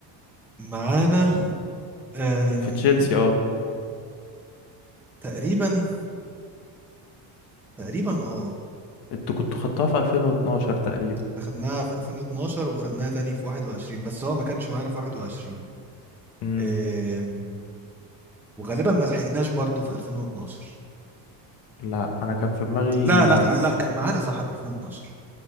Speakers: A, in the centre; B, on the left (about 60°).
A: معانا أم،
B: في تشيلسي اه
A: تقريبا تقريبا اه
B: انتوا كنتوا خدتوها في 2012 تقريبا
A: احنا خدناها في 2012 وخدناها تاني في 21 بس هو ما كانش معانا في 21
B: امم
A: أم، وغالبا ما لحقناش برضه في 2012
B: لا انا كان في دماغي
A: لا لا لا كان معانا صح في 2012